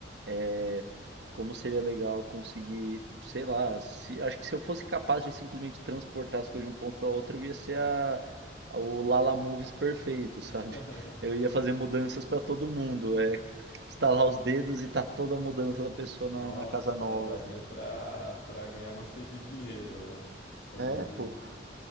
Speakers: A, on the right; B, on the left.
A: é, como seria legal conseguir, sei lá, se- acho que se eu fosse capaz de simplesmente transportar as coisas de um ponto para outro, eu ia ser a, a- o Lala Moves perfeito,
B: <laughs>
A: sabe? <laughs> Eu ia fazer mudanças para todo mundo, é, estalar os dedos e tá toda a mudança da pessoa na,
B: Nossa,
A: na casa nova.
B: daria
A: sabe?
B: pra, pra ganhar bastante <laughs> dinheiro, né? Fazendo
A: É,
B: isso.
A: pô,